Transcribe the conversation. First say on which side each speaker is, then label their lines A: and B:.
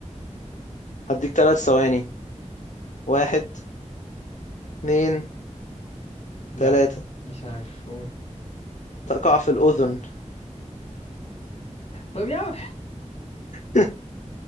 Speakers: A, on the left; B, on the left.
A: هديك ثلاث ثواني واحد اتنين
B: لا
A: تلاتة
B: مش عارف قول
A: تقع في الأذن
B: طب يا عم
A: <laughs>